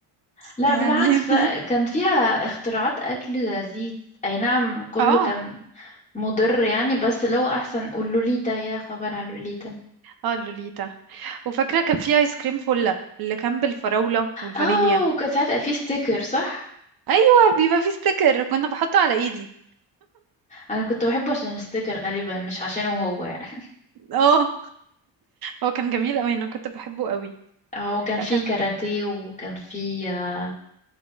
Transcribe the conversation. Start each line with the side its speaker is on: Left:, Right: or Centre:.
Right: بس
Left: لا
Right: يعني
Left: بالعكس
Right: <laughs>
Left: كان فيها اختراعات اكل لذيذ اي نعم كله
Right: اه
Left: كان مضر يعني بس لو احسن قول لوليتا يا خبر على لوليتا
Right: اه اللوليتا وفاكره كان في ايس كريم فله اللي كان بالفراوله والفانيليا
Left: اه وكان ساعتها في ستيكر صح
Right: ايوه بيبقى فيه ستيكر كنا بحطه على ايدي
Left: انا كنت بحبه عشان الستيكر غالبا مش عشانه هو يعني
Right: اه هو كان جميل قوي انا كنت بحبه قوي
Left: اه وكان
Right: لا
Left: في
Right: كان
Left: كاراتيه وكان في آه،